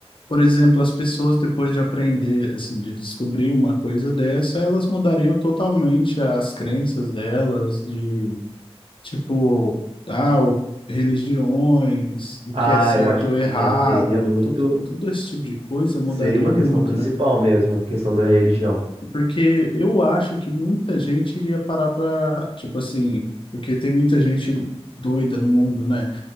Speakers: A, on the left; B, on the right.
A: por exemplo, as pessoas depois de aprender, assim, de descobrir uma coisa dessa, elas mudariam totalmente as crenças delas, de tipo, ah, o- religiões, o
B: Ah,
A: que é certo
B: eu acho que
A: ou
B: também
A: errado,
B: teria muito,
A: todo, todo esse tipo de coisa mudaria
B: seria uma
A: muito,
B: questão principal
A: né?
B: mesmo, a questão da religião.
A: Porque eu acho que muita gente iria parar pra, tipo assim, porque tem muita gente doida no mundo, né?